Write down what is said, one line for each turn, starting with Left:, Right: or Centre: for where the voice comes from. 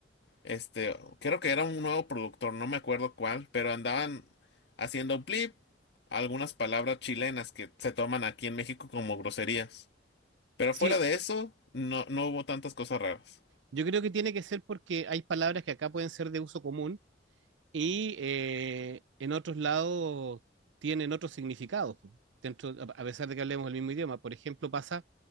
Left: Este, creo que era un nuevo productor, no me acuerdo cuál, pero andaban haciendo blip algunas palabras chilenas que se toman aquí en México como groserías. Pero
Right: Sí,
Left: fuera de eso, no, no hubo tantas cosas raras.
Right: Yo creo que tiene que ser porque hay palabras que acá pueden ser de uso común y eh, en otros lados tienen otros significados, po, dentro, a a pesar de que hablemos el mismo idioma. Por ejemplo, pasa